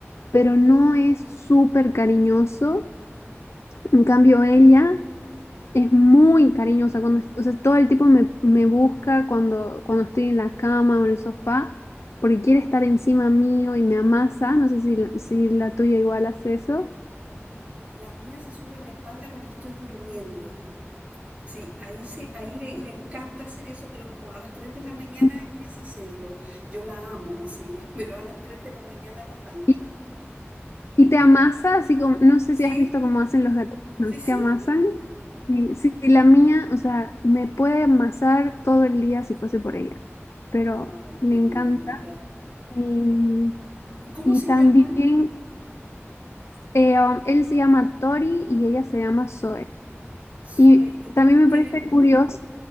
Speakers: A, on the left; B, on the right.
A: pero no es súper cariñoso. En cambio, ella es muy cariñosa. Cuando, est- o sea, todo el tipo me, me busca cuando, cuando estoy en la cama o en el sofá, porque quiere estar encima mío y me amasa. No sé si, la- si la tuya igual hace eso.
B: La mía se sube en la espalda cuando estoy durmiendo. Sí, ahí, se, ahí le, le encanta hacer eso, pero como a las 3 de la mañana
A: <laughs>
B: empieza a hacerlo. Yo la amo, sí, <laughs> pero a las 3 de la mañana no tanto.
A: Y, y te amasa, así como, no sé
B: Sí,
A: si has visto cómo hacen los gatos,
B: sí,
A: ¿no? Es
B: sí.
A: que amasan. Y si si la mía, o sea, me puede amasar todo el día si fuese por ella, pero
B: Ay,
A: le
B: qué
A: encanta.
B: linda.
A: Y
B: ¿Y ¿Cómo
A: Y
B: se
A: también
B: llaman?
A: este, um, él se llama Tori y ella se llama Zoe.
B: Soy
A: Y
B: y Toy.
A: también
B: Tiene,
A: me parece curioso